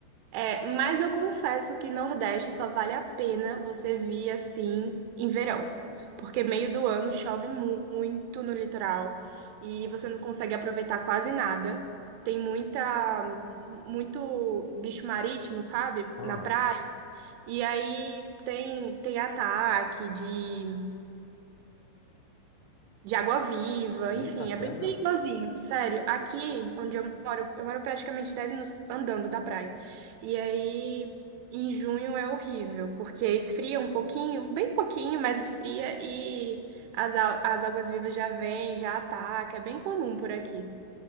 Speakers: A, on the right; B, on the left.
A: É, mas eu confesso que Nordeste só vale a pena você vir assim em verão, porque meio do ano chove mu- muito no litoral e você não consegue aproveitar quase nada. Tem muita, muito bicho marítimo, sabe?
B: Aham.
A: Na praia. E aí tem, tem ataque de de água-viva,
B: Eita,
A: enfim,
B: sério?
A: é bem perigosinho, sério. Aqui onde eu moro, eu moro praticamente 10 minutos andando da praia. E aí, em junho é horrível, porque esfria um pouquinho, bem pouquinho, mas esfria e as, á- as águas-vivas já vêm, já ataca, é bem comum por aqui.